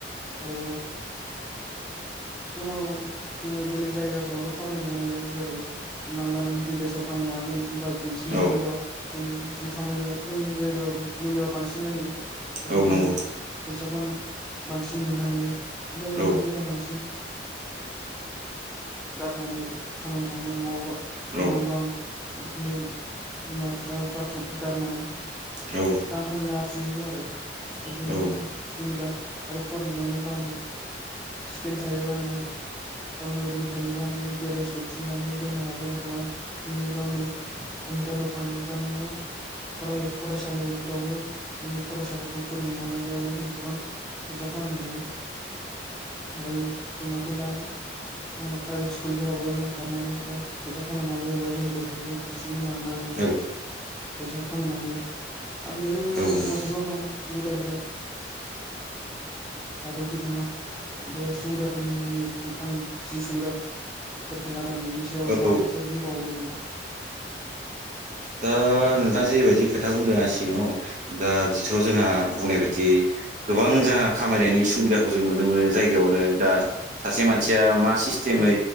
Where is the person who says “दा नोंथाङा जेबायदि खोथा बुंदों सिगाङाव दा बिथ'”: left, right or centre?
Right